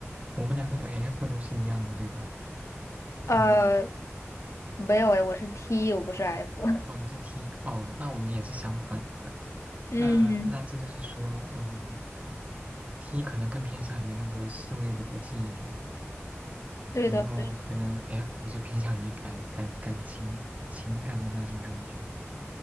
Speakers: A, on the right; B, on the left.
A: 我们两个的 F 都是一样的，对吧？
B: 呃，
A: 嗯。
B: 没有哎，我是 T，我不是 F。<laughs>
A: 哦，你是 T 哦，那我们也是相反的。
B: 嗯，
A: 那那这就是说，嗯，T 可能更偏向于那个思维逻辑一点，
B: 对的，
A: 然后可能
B: 对，
A: F 就偏向于感感感情情感的那种感觉，